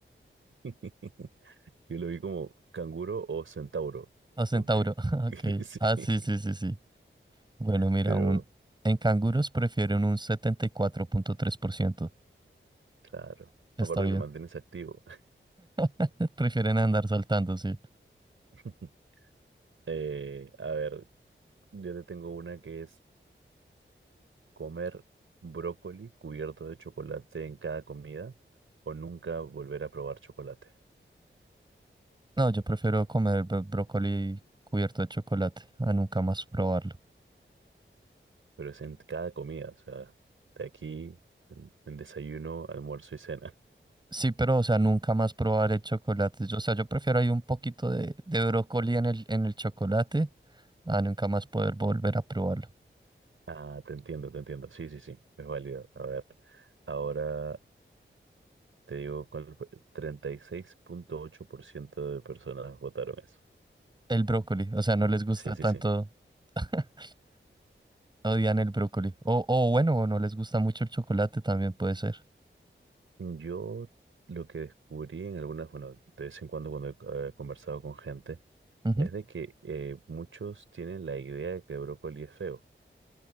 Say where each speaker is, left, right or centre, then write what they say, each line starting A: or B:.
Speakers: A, on the right; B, on the right.
A: <laughs> Yo lo vi como canguro o centauro.
B: <laughs> o centauro.
A: como que-
B: <laughs>
A: <laughs>
B: Ok.
A: Sí,
B: Ah, sí, sí, sí, sí. Bueno, mira,
A: pero
B: un, en canguros prefieren un setenta y cuatro punto tres por ciento.
A: claro,
B: Está
A: aparte
B: bien.
A: te mantienes activo.
B: <laughs> Prefieren andar saltando, sí.
A: <laughs> Eh, a ver, yo te tengo una que es comer brócoli cubierto de chocolate en cada comida o nunca volver a probar chocolate.
B: No, yo prefiero comer bro- brócoli cubierto de chocolate a nunca más probarlo.
A: Pero es en cada comida, o sea, de aquí en, en desayuno, almuerzo y cena. <laughs>
B: Sí, pero, o sea, nunca más probar el chocolate. Yo- o sea, yo prefiero ahí un poquito de, de brócoli en el, en el chocolate a nunca más poder volver a probarlo.
A: Ah, te entiendo, te entiendo. Sí, sí, sí, es válido. A ver, ahora te digo, con el treinta y seis punto ocho por ciento de personas votaron eso.
B: El brócoli, o sea, no les gusta
A: Sí, sí,
B: tanto,
A: sí.
B: <laughs> odian el brócoli. O, o bueno, o no les gusta mucho el chocolate también puede ser.
A: Yo lo que descubrí en algunas, bueno, de vez en cuando cuando he eh, conversado con gente,
B: Ujú.
A: es de que eh, muchos tienen la idea de que el brócoli es feo